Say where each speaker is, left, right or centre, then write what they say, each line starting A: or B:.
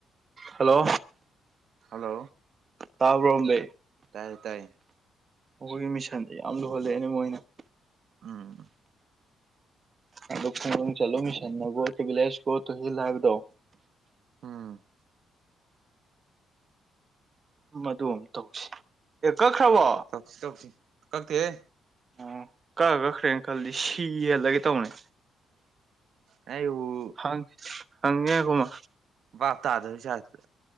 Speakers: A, on the right; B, on the right.
A: ꯍꯜꯂꯣ
B: ꯍꯜꯂꯣ
A: ꯇꯥꯕ꯭ꯔꯣ ꯑꯝꯕꯤ
B: ꯇꯥꯏꯌꯦ ꯇꯥꯏ
A: ꯑꯩꯈꯣꯏꯒꯤ ꯃꯤꯁꯟꯗꯤ ꯌꯥꯝ ꯂꯨꯍꯜꯂꯛꯑꯦꯅꯦ ꯃꯣꯏꯅ
B: ꯎꯝ
A: ꯑꯗꯨ ꯐ ꯆꯂꯨ ꯃꯤꯁꯅꯒꯣ ꯇꯕꯤꯂꯁ ꯀꯣ ꯇꯍꯤ ꯂꯥꯏꯕꯗꯣ
B: ꯎꯝ
A: ꯃꯗꯨꯝ ꯇꯧꯁꯤ ꯑꯦ ꯀꯛꯈ꯭ꯔꯕꯣ
B: ꯇꯧꯁꯤ ꯇꯧꯁꯤ ꯀꯛꯇꯦꯍꯦ
A: ꯑꯣ ꯀꯛ ꯀꯛꯈ꯭ꯔꯦꯅ ꯈꯜꯜꯂꯤ ꯁꯤ ꯊꯂꯒ ꯇ ꯍꯧꯅꯦ
B: ꯑꯩꯕꯨ
A: ꯍꯪ ꯍꯪꯒꯦ ꯀꯃꯥ
B: ꯚꯥꯞ ꯇꯥꯗꯕꯩ ꯁꯥꯏꯠꯇ